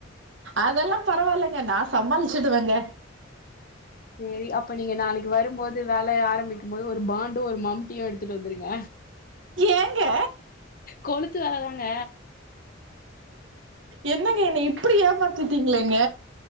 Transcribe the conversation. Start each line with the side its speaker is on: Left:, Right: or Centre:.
Right: அதல்லா பரவால்லங்க நா சமாளிச்சுடுவங்க
Left: சேரி அப்ப நீங்க நாளைக் வரும்போது வேலய ஆரம்பிக்கும்போது ஒரு பாண்டு ஒரு மம்ட்டியு எடுத்துட் வந்துருங்க
Right: ஏங்க
Left: கொளுத்து வேலதாங்க
Right: என்னங்க என்ன இப்புடி ஏமாத்திட்டீங்ளேங்க